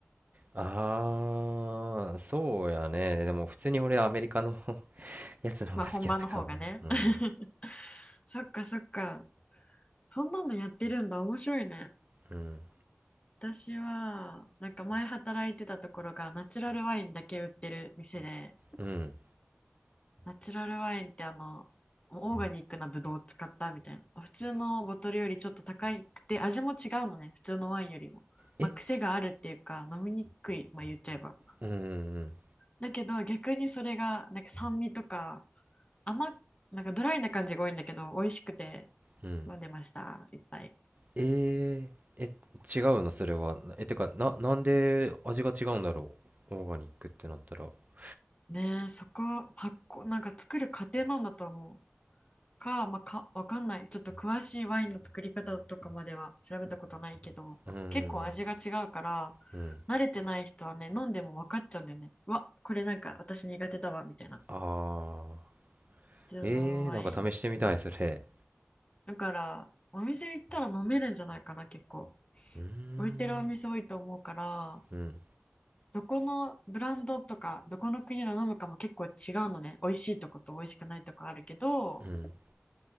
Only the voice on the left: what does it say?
まあ、本場の方がね。<laughs> そっかそっか。そんなのやってるんだ。面白いね。
私は、なんか前働いてたところが、ナチュラルワインだけ売ってる店で、
ナチュラルワインってあの、オーガニックなブドウを使ったみたいな。普通のボトルよりちょっと高くて、味も違うのね。普通のワインよりも。
まあ、癖があるっていうか、飲みにくい。まあ、言っちゃえば。
だけど逆にそれがなんか酸味とか甘っなんかドライな感じが多いんだけど美味しくて
飲んでましたいっぱい
ねえそこ発酵なんか作る過程なんだと思うか、まあ、かわかんないちょっと詳しいワインの作り方とかまでは調べたことないけど結構味が違うから
慣れてない人はね飲んでも分かっちゃうんだよねうわこれなんか私苦手だわみたいな
普通のワインうん
だからお店行ったら飲めるんじゃないかな結構
置いてるお店多いと思うから
どこのブランドとかどこの国の飲むかも結構違うのね美味しいとこと美味しくないとこあるけど